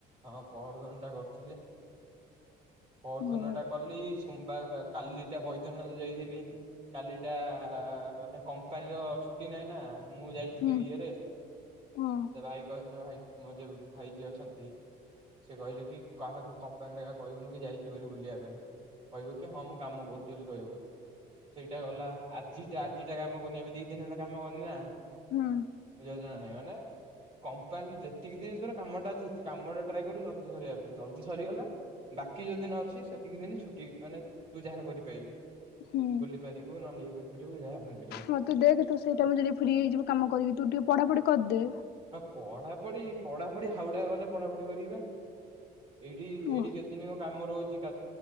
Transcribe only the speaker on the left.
ଓହୋ
ହୁଁ
ହଁ।
ହୁଁ
ହୁଁ
ହଁ ତୁ ଦେଖେ ସେଇଟା ମୁଁ ଯଦି ଫ୍ରି ହେଇଯିବ କାମ କରିବି ତୁ ଟିକେ ପଢ଼ାପଢ଼ି କରିଦେ
ଓ